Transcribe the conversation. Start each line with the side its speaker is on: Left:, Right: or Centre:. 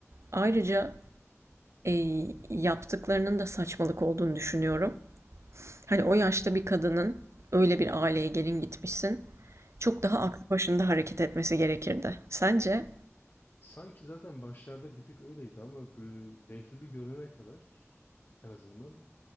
Right: Ayrıca, eee, yaptıklarının da saçmalık olduğunu düşünüyorum. Hani o yaşta bir kadının öyle bir aileye gelin gitmişsin, çok
Left: Evet.
Right: daha aklı başında hareket etmesi gerekirdi. Sence?
Left: Sanki zaten başlarda bir tık öyleydi ama bu Behlül'ü görene kadar en azından